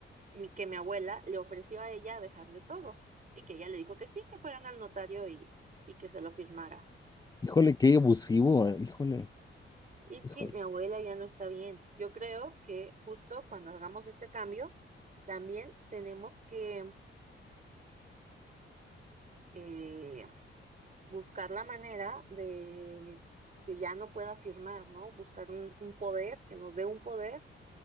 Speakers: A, on the right (about 40°); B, on the left (about 20°).
A: mi- que mi abuela le ofreció a ella dejarle todo y que ella le dijo que sí, que fueran al notario y, y que se lo firmara.
B: Híjole, qué abusivo, eh, Híjole.
A: Y es
B: Híjole.
A: que mi abuela ya no está bien. Yo creo que justo cuando hagamos este cambio, también tenemos que... eh, buscar la manera de que ya no pueda firmar, ¿no? Buscar un, un poder, que nos dé un poder